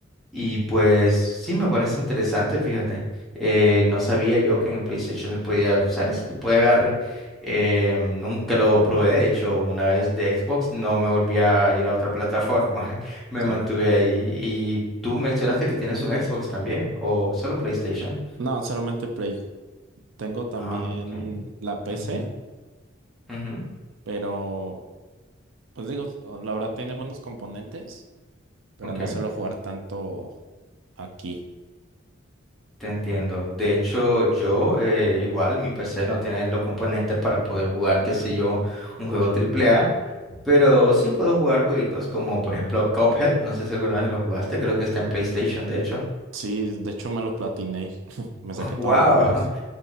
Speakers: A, in the centre; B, on the right.
A: Y pues sí, me parece interesante, fíjate. Eh, no sabía yo que en el PlayStation se podía usar ese tipo de agarre. Eh, nunca lo probé, de hecho, una vez de Xbox no me volví a ir a otra plataforma. <laughs> Me
B: sí.
A: mantuve ahí. Y tú mencionaste que tienes un Xbox también, o solo PlayStation.
B: No, solamente Play. Tengo también
A: Ah, ok.
B: la PC,
A: Ujú, ujú,
B: pero pues digo, la verdad tiene buenos componentes, pero
A: ok,
B: no suelo jugar tanto aquí.
A: te entiendo. De hecho, yo eh, igual, mi PC no tiene los componentes para poder jugar, qué sé yo, un juego triple A. Pero sí puedo jugar jueguitos como por ejemplo Cuphead, no sé si alguna vez lo jugaste, creo que está en PlayStation de hecho.
B: Sí, de hecho me lo platiné. <laughs> Me saqué
A: ¡Wow!
B: todos los logros.